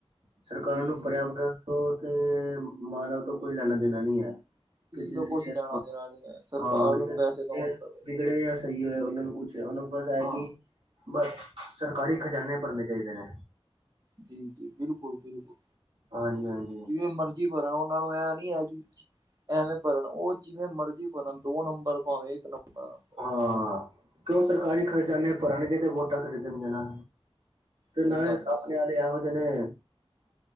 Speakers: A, on the right; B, on the right.
A: ਸਰਕਾਰਾਂ
B: ਜੀ
A: ਨੂੰ
B: ਜੀ
A: ਪਰਿਆਵਰਨ ਤੋਂ, ਤੇ ਮਾਨਵ ਤੋਂ ਕੋਈ ਲੈਣਾ ਦੇਣਾ ਨਹੀਂ ਹੈ। ਕਿਸੇ
B: ਦਾ
A: ਦੀ
B: ਕੁਛ
A: ਸਿਹਤ
B: ਲੈਣਾ
A: ਤੋਂ,
B: ਦੇਣਾ ਨੀ ਹੈ ਸਰਕਾਰ
A: ਹਾਂ ਕਿਸੇ
B: ਨੂੰ
A: ਸਿਹਤ
B: ਪੈਸੇ ਤੋਂ ਮਤਲਬ ਹੈ
A: ਵਿਗੜੇ ਜਾਂ ਸਹੀ ਹੋਏ, ਉਹਨਾਂ ਨੂੰ ਕੁਛ ਉਹਨੂੰ ਬਸ ਏ ਹੈ
B: ਹਾਂ
A: ਕਿ ਬਸ, ਸਰਕਾਰੀ ਖਜ਼ਾਨੇ ਭਰਨੇ ਚਾਹੀਦੇ ਨੇ।
B: ਜੀ-ਜੀ, ਬਿਲਕੁਲ-ਬਿਲਕੁਲ
A: ਹਾਂਜੀ-ਹਾਂਜੀ।
B: ਜਿਵੇਂ ਮਰਜ਼ੀ ਭਰਨ, ਉਹਨਾਂ ਨੂੰ ਇਹ ਨੀ ਹੈ ਕਿ ਐਵੇਂ ਭਰਨ, ਉਹ ਜਿਵੇਂ ਮਰਜੀ ਭਰਨ, ਦੋ ਨੰਬਰ ਭਾਵੇਂ ਇੱਕ ਨੰਬਰ
A: ਹਾਂ, ਕਿਉਂ ਸਰਕਾਰੀ ਖ਼ਜ਼ਾਨੇ ਭਰਣਗੇ, ਤੇ ਵੋਟਾਂ ਖ਼ਰੀਦਣ ਗੀਆ ਨਾ ਤੇ
B: ਸਹੀ
A: ਨਾਲੇ
B: ਗੱਲ ਹੈ
A: ਆਪਣੇੇ
B: ਸਹੀ
A: ਆਲੇ ਇਹੋ ਜਿਹੇ ਨੇ